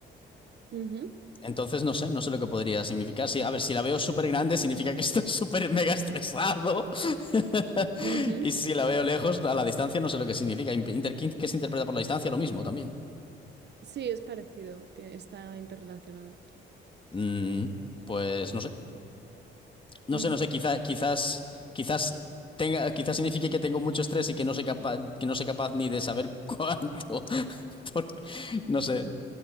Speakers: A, on the right; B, on the left.
A: Ujú,
B: Entonces no sé, no sé lo que podría significar. Sí, a ver, si la veo súper grande significa que estoy <laughs> súper mega estresado. <laughs>
A: ujú.
B: Y si la veo lejos, a la distancia no sé lo que significa. Inter- ¿Qué se interpreta por la distancia? Lo mismo también.
A: Sí, es parecido, tie- está interrelacionado.
B: Mm, pues no sé. No
A: Ujú.
B: sé, no sé. Quizá, quizás, quizás tenga, quizás signifique que tengo mucho estrés y que no soy capaz, que no soy capaz ni de saber cuánto. <laughs> Por- no sé,